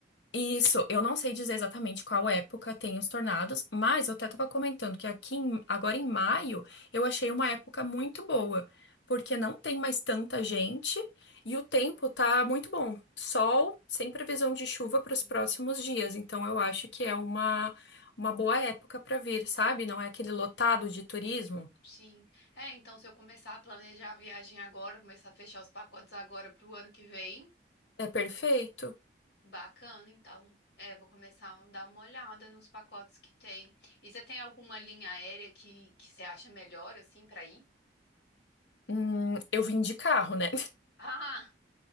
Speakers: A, on the left (about 85°); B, on the left (about 65°).
A: Isso, eu não sei dizer exatamente qual época tem os tornados, mas eu até estava comentando que aqui em- agora em maio eu achei uma época muito boa, porque não tem mais tanta gente e o tempo tá muito bom. Sol, sem previsão de chuva para os
B: Uhum.
A: próximos dias, então eu acho que é uma, uma boa época para vir, sabe? Não é aquele lotado
B: uhum.
A: de turismo.
B: Sim. É, então se eu começar a planejar a viagem agora, começar a fechar os pacotes agora pro ano que vem,
A: É perfeito.
B: Bacana, então. É, vou começar a dar uma olhada nos pacotes que tem. E você tem alguma linha aérea que, que você acha melhor, assim, para ir?
A: Hum, eu vim de carro, né?
B: <laughs> Ah,